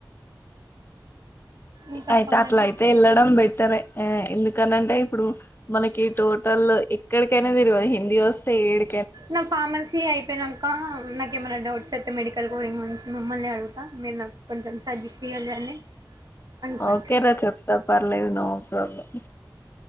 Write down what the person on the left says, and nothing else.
అయితే
అట్ల అయితే ఎల్లడం బెటరే ఆ ఎందుకని అంటే ఇప్పుడు మనకి టోటల్ ఎక్కడికైనా తిరుగు హిందీ వస్తే ఏడు
ఆ ఓకే రా చెప్తా పర్లేదు నో ప్రాబ్లమ్